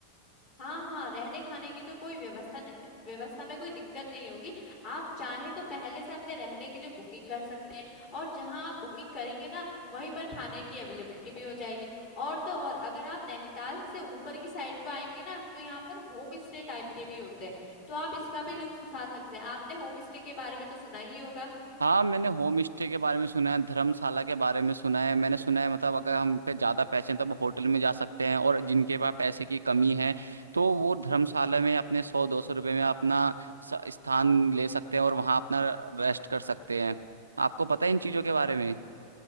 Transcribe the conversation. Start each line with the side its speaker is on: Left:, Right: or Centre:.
Left: हाँ हाँ रहने खाने की तो कोई व्यवस्था नहीं व्यवस्था में कोई दिक्कत नहीं होगी आप चाहे तो पहले से अपने रहने के लिए बुकिंग कर सकते हैं और जहाँ आप बुकिंग करेंगे ना वहीं पर खाने की अवेलेबिलिटी भी हो जाएगी और तो और अगर आप नैनीताल से ऊपर की साइड को आएंगे ना तो यहाँ पर होम स्टे टाइप के भी होते हैं तो आप इसका भी लुत्फ उठा सकते हैं आपने होम स्टे के बारे में तो सुना ही होगा
Right: हाँ मैंने होम स्टे के बारे में सुना है धर्मशाला के बारे में सुना है मैंने सुना है मतलब अगर हम पे ज्यादा पैसे हैं तो हम होटल में जा सकते हैं और जिनके पास पैसे की कमी है तो वो धर्मशाला में अपने सौ दो सौ रुपये में अपना स- स्थान ले सकते हैं और वहाँ अपना रेस्ट कर सकते हैं आपको पता है इन चीजों के बारे में